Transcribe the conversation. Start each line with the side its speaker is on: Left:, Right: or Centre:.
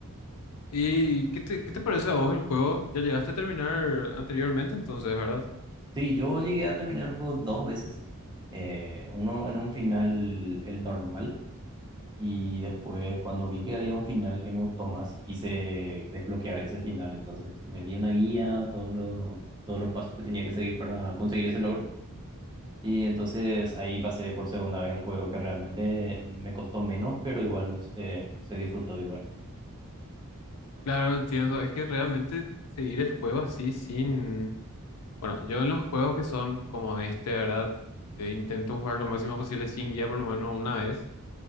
Left: ¿Y qué te, qué te parece a vos el juego? Ya llegaste a terminar anteriormente, entonces, ¿verdad?
Right: Sí, yo llegué a terminar el juego dos veces. Eh, uno en un final, el normal, y después cuando vi que había un final que me gustó más, quise desbloquear ese final. Entonces me vi una guía, todos los, todos los pasos que tenía que seguir para conseguir ese logro. Y entonces ahí pasé por segunda vez el juego que realmente me costó menos, pero igual eh, se disfrutó igual.
Left: Claro, entiendo. Es que realmente seguir el juego así sin... Bueno, yo en los juegos que son como este, ¿verdad? Eh, intento jugar lo máximo posible sin guía por lo menos una vez.